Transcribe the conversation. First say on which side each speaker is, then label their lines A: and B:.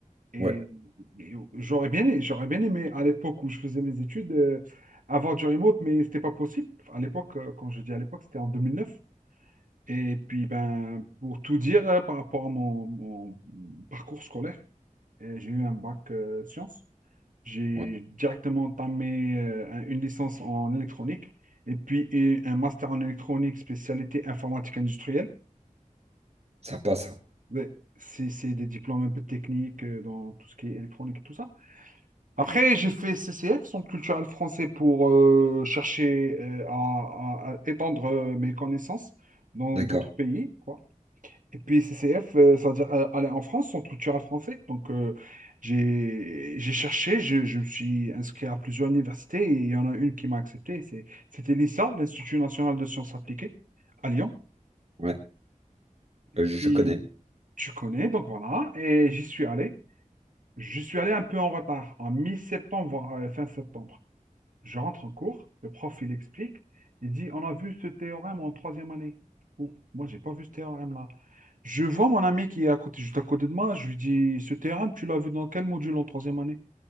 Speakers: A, on the right; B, on the right.
A: Et,
B: Ouais,
A: et j'aurais bien, j'aurais bien aimé à l'époque où je faisais mes études euh, avoir du remote, mais c'était pas possible. À l'époque, euh, quand je dis à l'époque, c'était en deux mille neuf Et puis, ben, pour tout dire euh, par rapport à mon, mon parcours scolaire, euh, j'ai eu un bac euh, sciences. J'ai
B: ouais,
A: directement entamé euh, un- une licence en électronique et puis et un master en électronique spécialité informatique industrielle.
B: sympa ça.
A: Mais C'est c'est des diplômes un peu techniques euh, dans tout ce qui est électronique et tout ça. Après, j'ai fait CCF, Centre culturel français, pour euh, chercher euh, à, à- à étendre euh, mes connaissances dans
B: D'accord.
A: d'autres pays, quoi. Et puis CCF, euh, ça veut dire euh, aller en France, centre culturel français. Donc euh, j'ai j'ai cherché, je, je me suis inscrit à plusieurs universités et il y en a une qui m'a accepté. C'est- C'était l'INSA, l'Institut national de sciences appliquées, à Lyon.
B: Ouais, Euh, je
A: Puis
B: je connais.
A: tu connais, donc voilà. Et j'y suis allé. Je suis allé un peu en retard, en mi-septembre, voire euh, fin septembre. Je rentre en cours, le prof il explique, il dit on a vu ce théorème en troisième année. Oh, moi j'ai pas vu ce théorème là. Je vois mon ami qui est à côté, juste à côté de moi, je lui dis ce théorème tu l'as vu dans quel module en troisième année?